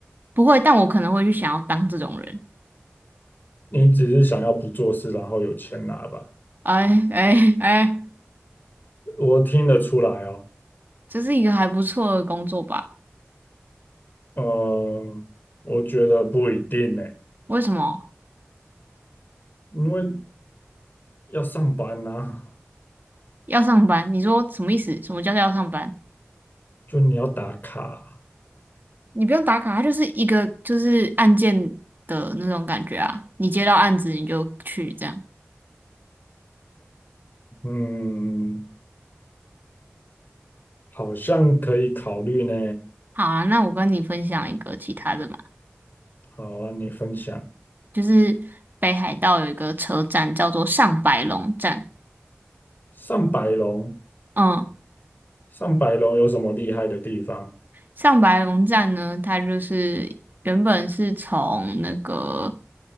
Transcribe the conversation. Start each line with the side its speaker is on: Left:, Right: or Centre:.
Right: 不会，但我可能会去想要当这种人。
Left: 你只是想要不做事，然后有钱拿吧？
Right: 哎哎哎，
Left: 我听得出来哦。
Right: 这是一个还不错的工作吧？
Left: 呃，我觉得不一定呢，
Right: 为什么
Left: 因为要上班呐、
Right: 要上班？你说什么意思？什么叫做要上班？
Left: 就你要打卡，
Right: 你不用打卡，它就是一个就是案件的那种感觉啊。你接到案子你就去这样。
Left: 嗯，好像可以考虑呢。
Right: 好啊，那我跟你分享一个其他的嘛，
Left: 好啊，你分享
Right: 就是北海道有一个车站叫做上白龙站。
Left: 上百龙，
Right: 嗯，
Left: 上百龙有什么厉害的地方？
Right: 上白龙站呢，它就是原本是从那个